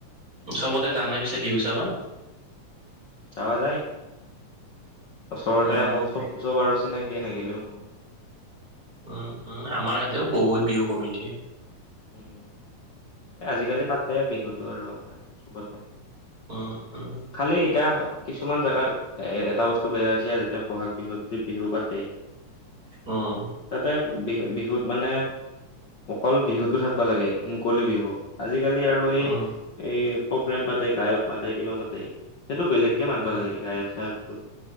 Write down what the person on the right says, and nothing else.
চবতে জানে পিছে বিহু চাবা?
উম,
উম উম আমাৰ ইতেও বহুত বিহু কমিটি।
উম, উম,
উম,
উম,
উম।